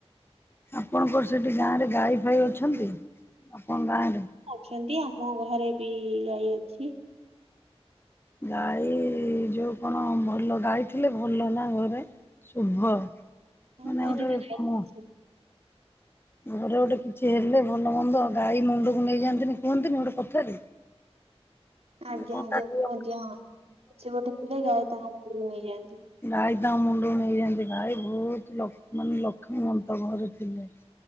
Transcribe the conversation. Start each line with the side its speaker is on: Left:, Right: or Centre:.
Left: ଆପଣଙ୍କର ସେଠି ଗାଁରେ ଗାଈ ଫାଈ ଅଛନ୍ତି ଆପଣଙ୍କ ଗାଁରେ?
Right: ଛନ୍ତି ଆମ ଘରେ ବି ଗାଈ ଅଛି।
Left: ଗାଈ ଯୋଉ କଣ ଭଲ ଗାଈଥିଲେ ଭଲ ନା ଘରେ? ଶୁଭ ମାନେ
Right: ହଁ କୁହନ୍ତି
Left: ଗୋଟେ
Right: ତ ଗାଈ ଅଛି।
Left: ମ ଘରେ ଗୋଟେ କିଛି ହେଲେ ଭଲ ମନ୍ଦ ଗାଈ ମୁଣ୍ଡକୁ ନେଇଯାଆନ୍ତିନି କୁହନ୍ତିନି ଗୋଟେ କଥାରେ ମାନେ
Right: ଆଜ୍ଞା
Left: କଣ
Right: ଆଜ୍ଞା
Left: କାଟିବ
Right: କୁହନ୍ତି ହଁ କିଛି ଗୋଟେ ଥିଲେ ଗାଈ ତାଙ୍କ ଦେହକୁ ନେଇଯାଆନ୍ତି।
Left: ଗାଈ ତାଙ୍କ ମୁଣ୍ଡକୁ ନେଇଯାଆନ୍ତି ଗାଈ ଭଉତ ଲଖ୍ ମାନେ ଲକ୍ଷ୍ମୀବନ୍ତ ଘରେ ଥିଲେ।